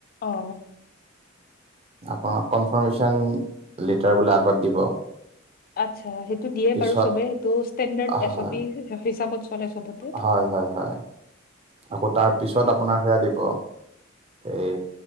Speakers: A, on the left; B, on the right.
A: অ
B: আপোনাৰ কনফাৰ্মেশচন লেটাৰ বোলে আগত দিব
A: আচ্ছা সেইটো দিয়ে
B: পিছত
A: বাৰু চবে সেইটো ষ্টেণ্ডাৰ্ড এছ
B: হয়
A: অ' পি হিচাপত চলে চবতে।
B: হয় হয় হয় আকৌ তাৰ পিছত আপোনাৰ সেয়া দিব এই